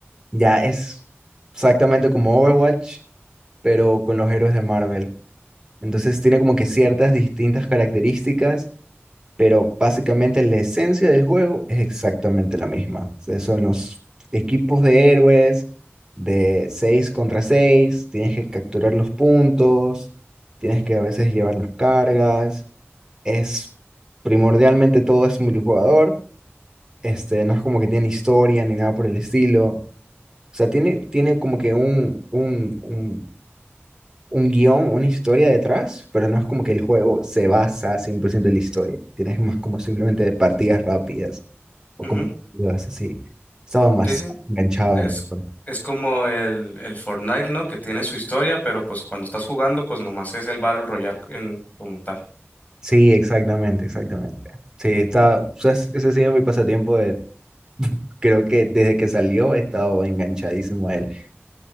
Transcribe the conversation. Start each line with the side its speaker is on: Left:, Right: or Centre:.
Right: Ya es exactamente como Overwatch, pero con los héroes de Marvel. Entonces tiene como que ciertas distintas características pero básicamente la esencia del juego es exactamente la misma. O sea, son los equipos de héroes de 6 contra 6. tienes que capturar los puntos, tienes que a veces llevar las cargas, es primordialmente todo es multijugador, este, no es como que tiene historia ni nada por el estilo. O sea, tiene, tiene como que un, un, un un guión, una historia detrás, pero no es como que el juego se basa 100% en la historia. Tienes más como simplemente de partidas rápidas o
Left: ujú,
Right: como partidas así. Estaba más
Left: Sí, sí.
Right: enganchado
Left: Es,
Right: en el juego.
Left: es como el, el Fortnite, ¿no? Que tiene su historia, pero pues cuando estás jugando, pues nomás es el Battle Royale en, como tal.
Right: Sí, exactamente, exactamente. Sí, está, o sea, es- ese ha sido mi pasatiempo de, creo que desde que salió he estado enganchadísimo a él.